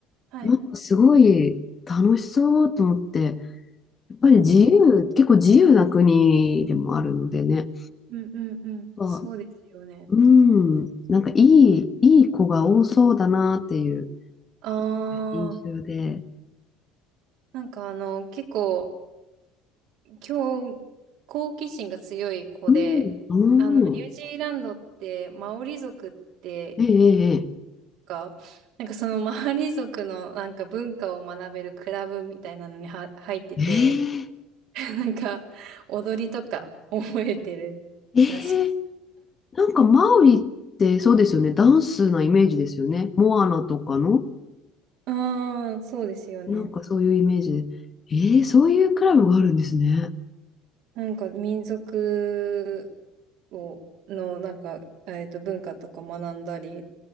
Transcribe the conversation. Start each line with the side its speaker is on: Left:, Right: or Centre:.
Right: はい。
Left: なんかすごい楽しそうと思って、やっぱり自由、
Right: えー
Left: 結構自由な国でもあるのでね、
Right: うんうんうん。
Left: あ、
Right: そうですよね。
Left: うん、なんかいい、いい子が多そうだなっていう
Right: あ
Left: 印象で、
Right: ー、なんかあの、結構、今日、好奇心が強い子で、
Left: うん、うん、
Right: あの、ニュージーランドって、マオリ族って
Left: ええ、
Right: か、なんかそのマオリ族のなんか文化を学べるクラブみたいなのには入ってて、
Left: ええ、
Right: なんか、踊りとか覚えてるらしく。
Left: ええ、ええなんかマオリってそうですよね。ダンスなイメージですよね。モアナとかの、
Right: ああ、そうですよね。
Left: なんかそういうイメージで。えー、そういうクラブがあるんですね。
Right: なんか民族を、の、なんか、えっと、文化とか学んだり、